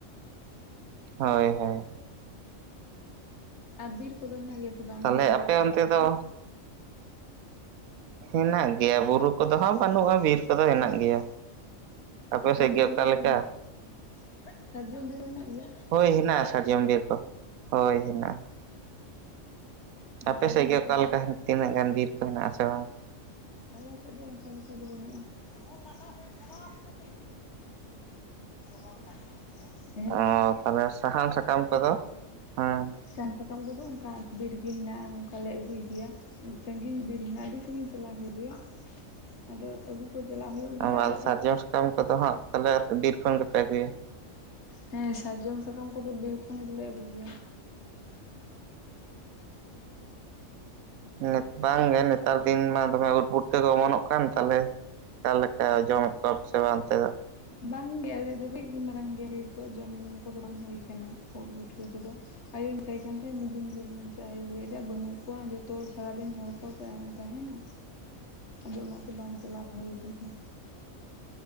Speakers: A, on the right (about 85°); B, on the left (about 55°).
A: ᱦᱳᱭ ᱦᱳᱭ᱾
B: ᱟᱨ ᱵᱤᱨ ᱠᱚᱫᱚ ᱦᱮᱱᱟᱜ ᱜᱮᱭᱟ ᱥᱮ ᱵᱟᱝ
A: ᱛᱟᱦᱚᱞᱮ
B: ᱵᱤᱨᱼᱵᱩᱨᱩ ᱠᱚᱫᱚ
A: ᱚᱱᱛᱮ
B: ᱟᱯᱮ
A: ᱫᱚ
B: ᱥᱮ ᱚ᱾
A: ᱦᱮᱱᱟᱜ ᱜᱮᱭᱟ ᱵᱩᱨᱩ ᱠᱚᱫᱚ ᱦᱟᱸᱜ ᱵᱟᱹᱱᱩᱜᱼᱟ ᱵᱤᱨ ᱠᱚᱫᱚ ᱦᱮᱱᱟᱜ ᱜᱮᱭᱟ᱾ ᱟᱯᱮ
B: ᱥᱟᱨᱡᱚᱢ
A: ᱥᱮᱫ ᱜᱮ ᱚᱠᱟ
B: ᱵᱤᱨ
A: ᱞᱮᱠᱟ
B: ᱠᱚ ᱢᱮᱱᱟ, ᱥᱟᱨᱡᱚᱢ ᱵᱤᱨ ᱦᱚᱸ ᱢᱮᱱᱟᱜ ᱜᱮᱭᱟ?
A: ᱦᱳᱭ ᱦᱮᱱᱟᱜᱼᱟ ᱥᱟᱨᱡᱚᱢ ᱵᱤᱨ ᱠᱚ᱾ ᱦᱳᱭ ᱦᱮᱱᱟᱜᱼᱟ᱾ ᱟᱯᱮ
B: ᱛᱟᱦᱚᱞᱮ
A: ᱥᱮᱫ ᱜᱮ
B: ᱱᱮᱛᱟᱨ
A: ᱚᱠᱟ ᱞᱮᱠᱟ
B: ᱫᱚ
A: ᱛᱤᱱᱟᱹᱜ ᱜᱟᱱ ᱵᱤᱨ ᱠᱚ ᱦᱮᱱᱟᱜ ᱟᱥᱮ ᱵᱟᱝ
B: ᱟᱞᱮ ᱥᱮᱫ ᱫᱚ ᱚᱱᱠᱟ ᱞᱮᱠᱟ ᱫᱚ ᱵᱟᱹᱱᱩᱜᱼᱟ ᱞᱟᱴᱟ ᱥᱮᱫ ᱪᱟᱵᱟᱣ ᱟᱠᱟᱱᱟ ᱵᱚᱞ <inaudible>
A: ᱚ ᱛᱟᱦᱞᱮ ᱥᱟᱦᱟᱱ ᱥᱟᱠᱟᱢ ᱠᱚᱫᱚ ᱦᱮᱸ
B: ᱥᱟᱱ ᱥᱟᱠᱟᱢ ᱠᱚᱫᱚ ᱚᱱᱠᱟ ᱵᱤᱨ ᱜᱮ ᱦᱮᱱᱟᱜᱼᱟ ᱚᱱᱠᱟ ᱞᱮ ᱟᱹᱜᱩᱭ ᱜᱮᱭᱟ ᱥᱟᱜᱤᱧ ᱵᱤᱨ ᱦᱮᱱᱟᱜᱼᱟ ᱟᱹᱰᱤ ᱥᱟᱸᱜᱤᱧ ᱪᱟᱞᱟᱣ ᱦᱩᱭᱩᱜ ᱜᱮᱭᱟ, ᱟᱫᱚ ᱟᱹᱜᱩ ᱠᱚ ᱪᱟᱞᱟᱣ ᱦᱩᱭᱩᱜ, ᱜᱮᱭᱟ
A: ᱟᱢᱟᱞ
B: ᱟᱫᱚ
A: ᱥᱟᱨᱡᱚᱢ ᱥᱟᱠᱟᱢ ᱠᱚᱫᱚ ᱦᱟᱸᱜ ᱛᱟᱞᱮ ᱵᱤᱨ ᱠᱷᱚᱱ ᱜᱮᱯᱮ ᱟᱹᱜᱩᱭᱟ?
B: ᱦᱮᱸ, ᱥᱟᱡᱡᱚᱢ ᱥᱟᱠᱟᱢ ᱠᱚᱫᱚ ᱵᱤᱨ ᱠᱷᱚᱱ ᱜᱮᱞᱮ ᱟᱹᱜᱩᱭ ᱜᱮᱭᱟ᱾
A: <unintelligible> ᱵᱟᱝ ᱜᱮ ᱱᱮᱛᱟᱨ ᱫᱤᱱ ᱢᱟ ᱫᱚᱢᱮ ᱯᱩᱴᱼᱼ ᱯᱩᱴᱠᱟᱹ ᱠᱚ ᱚᱢᱚᱱᱚᱜ ᱠᱟᱱ ᱛᱟᱦᱚᱞᱮ ᱚᱠᱟ ᱞᱮᱠᱟ ᱡᱚᱢᱮᱫ ᱠᱚᱣᱟ ᱥᱮ ᱵᱟᱝ ᱚᱱᱛᱮ ᱫᱚ
B: ᱵᱟᱝ ᱜᱮ ᱟᱞᱮ ᱫᱚ ᱠᱟᱹᱡᱜ ᱢᱟᱨᱟᱝ ᱜᱮᱭᱟ ᱱᱤᱛᱚᱜ ᱡᱚᱢ ᱠᱚᱫᱚ ᱵᱟᱝ ᱦᱩᱭ ᱠᱟᱱᱟ ᱩᱫ ᱯᱩᱴᱠᱟᱹ ᱠᱚᱫᱚ ᱟᱭᱳᱧ ᱢᱮᱛ ᱠᱟᱱ ᱛᱟᱦᱮᱸᱫ ᱢᱤᱫ ᱫᱤᱱ ᱵᱤᱨ ᱵᱚᱱᱧᱪ ᱟᱭᱳ ᱞᱟᱹᱭᱫᱭᱟ ᱵᱟᱹᱱᱩᱜ ᱠᱚᱣᱟ ᱡᱚᱛᱚ ᱦᱚᱲ ᱥᱟᱨᱟᱫᱤᱱ ᱦᱚᱲ ᱠᱚ ᱛᱟᱦᱮᱱᱟ᱾ ᱟᱫᱚ ᱚᱱᱟᱛᱮ ᱵᱟᱝ ᱪᱟᱞᱟᱣ ᱦᱩᱭ ᱠᱟᱱᱟ